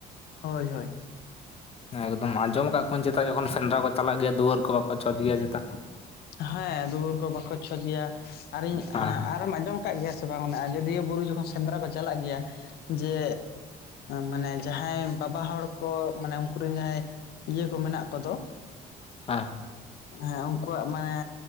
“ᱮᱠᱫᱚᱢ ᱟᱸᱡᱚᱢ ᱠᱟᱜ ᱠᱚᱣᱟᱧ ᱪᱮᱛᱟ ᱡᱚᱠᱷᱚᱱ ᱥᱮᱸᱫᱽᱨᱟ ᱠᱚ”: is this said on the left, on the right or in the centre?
Left